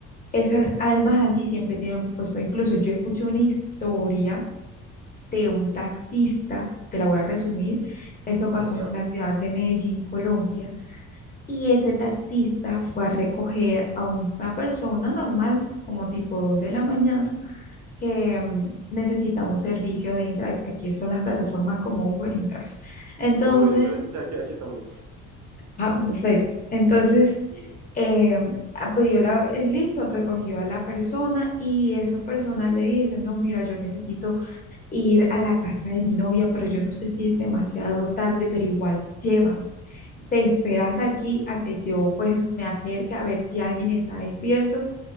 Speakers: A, on the left; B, on the right.
A: esas almas así siempre tienen un propósito. Incluso yo escuché una historia de un taxista, te la voy a resumir. Eso pasó
B: Ah, claro.
A: en la ciudad de Medellín, Colombia. Y ese taxista fue a recoger a una persona normal, como tipo 2 de la mañana, que mm, necesitaba un servicio de InDrive. Aquí son las plataformas como Uber InDrive. Entonces,
B: Sí, Uber Drive. Sí, aquí, aquí también.
A: ah, perfecto. Entonces
B: Sí, sí.
A: eh, ah, pidió la, eh, listo, recogió a la persona y esa persona le dice, no, mira, yo necesito ir a la casa de mi novia, pero yo no sé si es demasiado tarde, pero igual llevan. Te esperas aquí a que yo pues me acerque a ver si alguien está despierto